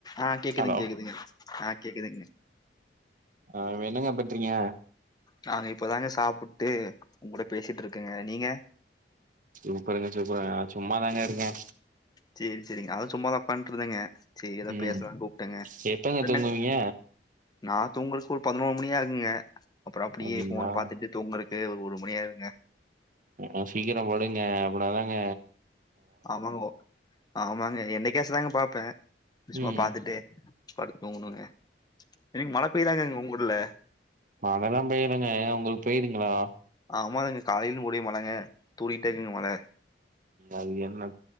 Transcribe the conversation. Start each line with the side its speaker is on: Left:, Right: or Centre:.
Left: ஆ
Right: ங்களா
Left: கேக்குதுங்க கேக்குதுங்க ஆ கேக்குதுங்க
Right: ஆ என்னங்க பண்றீங்க
Left: நாங்க இப்பதாங்க சாப்புட்டு உங்குட பேசிட்டு இருக்கங்க நீங்க
Right: சூப்பருங்க சூப்பருங்க நா சும்மாதாங்க இருக்க
Left: செரி செரிங்க அத சும்மா தா உக்கான்ட்டு இருந்தங்க செரி ஏதா
Right: ம்
Left: பேசலானு கூப்ட்டேங்க
Right: எப்பங்க
Left: என்னங்க
Right: தூங்குவீங்க
Left: நா தூங்குறதுக்கு ஒரு பதினோரு மணி ஆகுங்க அப்புறோ அப்டியே
Right: அப்டிங்களா
Left: போன பாத்துட்டு தூங்குறக்கு ஒரு மணி ஆயிருங்க
Right: உம் சீக்கிரோ படுங்க அவ்வளாதாங்க
Left: ஆமாங்கோ ஆமாங்க என்னைகேசதாங்க பாப்பே சும்மா
Right: ம்
Left: பாத்துட்டு படுத்து தூங்கணுங்க இன்னிக்கு மள பெய்தாங்க உங்க ஊர்ல
Right: மளலா பேய்யிளங்க உங்களுக்கு பேய்துங்களா
Left: ஆமாங்க காலைலயிலுந்து ஒரே மளங்க தூரிட்டே இருக்குங்க மழ
Right: அது என்ன